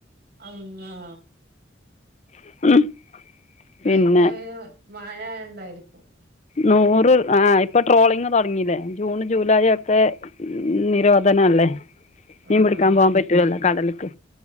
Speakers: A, on the right; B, on the left.
A: അള്ളാ
B: <unintelligible> <unintelligible> പിന്നെ
A: ആഹ് ഇപ്പൊ ഇവിടെ മഴ ആയോണ്ടായിരിക്കും
B: നൂറ് ആ ഇപ്പൊ ട്രോളിങ്ങ് തുടങ്ങില്ലേ ജൂൺ ജൂലൈ ഒക്കെ നിരോ ധനം അല്ലെ മീൻ
A: ആഹ്
B: പിടിക്കാൻ പോവാൻ പറ്റുല്ലാ കടലിൽ ക്കെ